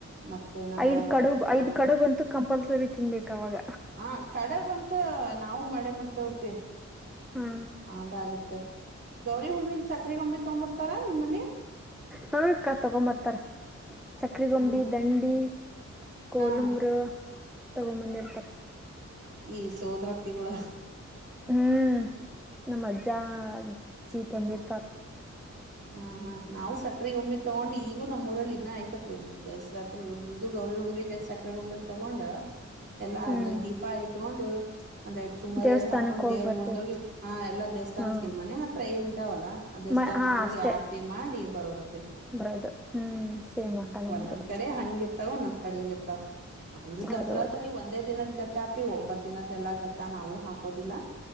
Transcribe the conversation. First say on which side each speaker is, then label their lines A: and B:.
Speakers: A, on the right; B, in the centre.
A: ಮತ್ತೆನ
B: ಐದ್ ಕಡು ಐದ್
A: ಆ
B: ಕಡುಬಂತೂ ಕಂಪಲ್ಸರಿ ತಿನ್ಬೇಕವಾಗ
A: ಹ ಕಡೆ ಬಂತ ನಾವು ಮಾಡೆ ಮಾಡ್ತೇವಪ್ಪಿ
B: ಹಾ
A: ಅದಾಗತ್ತೆ ಗೌರಿ ಹುಣ್ಮಿಲಿ ಸಕ್ರೆ ಗಂಬಿ ತಗೊಂಡಂಬರ್ತಾರಾ ನಿಮ್ಮಲ್ಲಿ
B: ಹಾ ಅಕ್ಕಾ ತಗೊಂಬರ್ತಾರ ಸಕ್ಕರೆೆ ಗೊಂಬಿ
A: ಹ
B: ದಂಡಿ ಕೋಲುಂಗ್ರ
A: ಹಾ
B: ತಗೊಂಬಂದಿರ್ತಾರ
A: ಈ ಸೋದರತಿಿ ಕೂಡ
B: ಹ್ಮ್ ನಮ್ಮ ಅಜ್ಜ ಅಜ್ಜಿ ತಂದಿರ್ತಾರ
A: ಹಾ ಹಾ ನಾವು ಸಕ್ರೆ ಒಮ್ಮಿ ತಗೊಂಡ್ ಈಗೂ ನಮ್ಮ್ಊರಲ್ಲಿ ಇದವಿ ನಾ ಆಯ್ತಪ್ಪೇ ಸರೆ ಇದು ಗೌರಿ ಹುಣ್ವಿಗೆ ಸಕರೆ ಗೊಂಬೆ ತಗೊಂಡ ಎಲ್ಲಾ
B: ಹ್ಮ್
A: ಅದ್ರಲ್ಲಿ ದೀಪ ಇಟ್ಕೊಂಡು ಅಂದ್ರೆರಡು ಸುಮ್ಮರಿ
B: ದೇವಸ್ಥಾನಕ್
A: ಎ ಹಾಕೊಂಡು
B: ಹೋಗ್
A: ದೇವ್ರು
B: ಬರ್ತಿವಿ
A: ಮುಂದೋಗಿ ಹಾ ಎಲ್ಲ ದೇವಸ್ಥಾನಕ್ಕ
B: ಹಾ
A: ಇಲ್ ಮನೆ ಹತ್ರ ಏನ ಇವಲ್ಲ ಅ ದೇವಸ್ಥಾನಕ್ಕೆ
B: ಮ ಹಾ
A: ಹೋಗಿ
B: ಅಷ್ಟೇ
A: ಆರ್ತಿ ಮಾಡಿ ಬರೋದ
B: ಬರೋದು ಹ್ಮ್ ಸೇಮ್
A: ಹ್ಮ್
B: ಅಕ್ಕ ನಮ್ದು
A: ಒಂದೊಂದ ಕಡೆ ಹಂಗಿರ್ತಾವ ಒಂದೊಂದ್ ಕಡೆ ಹಿಂಗ ಇರ್ತಾವ ನಮ್ದು ದಸರಾದಲ್ಲಿ
B: ಹೌದೌದು
A: ಒಂದೇ ದಿನದ್ ಘಟ್ಟಾಪಿ ಒಂಬತ್ ದಿನದ ಎಲ್ಲಾ ಘಟ್ಟ ನಾವವು ಹಾಕೋದಿಲ್ಲ